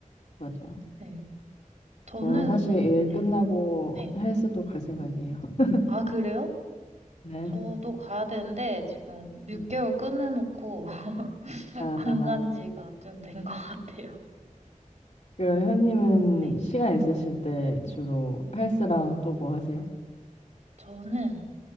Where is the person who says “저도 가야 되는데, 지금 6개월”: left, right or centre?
Right